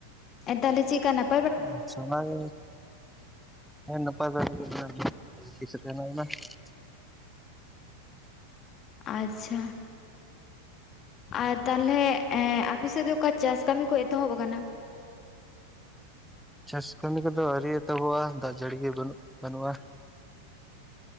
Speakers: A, on the left; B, in the centre.
A: ᱮᱸ ᱛᱟᱦᱚᱞᱮ ᱪᱮᱫᱠᱟ ᱦᱮ
B: ᱟᱪᱪᱷᱟ ᱵᱟᱝ ᱜᱮ ᱱᱟᱯᱟᱭ ᱵᱟᱲᱟ ᱜᱮ <unintelligible>
A: ᱟᱪᱪᱷᱟ ᱟᱨ ᱛᱟᱦᱞᱮ ᱟᱯᱮ ᱥᱮᱫ ᱫᱚ ᱚᱠᱟ ᱪᱟᱥ ᱠᱟᱹᱢᱤ ᱠᱚ ᱮᱛᱚᱦᱚᱵ ᱟᱠᱟᱱᱟ
B: ᱪᱟᱥ ᱠᱟᱹᱢᱤ ᱠᱚᱫᱚ ᱟᱹᱣᱨᱤ ᱮᱛᱚᱦᱚᱵᱚᱜᱼᱟ ᱫᱟᱜ ᱡᱟᱹᱲᱤ ᱵᱟᱹᱱᱩᱜ ᱵᱟᱹᱱᱩᱜᱼᱟ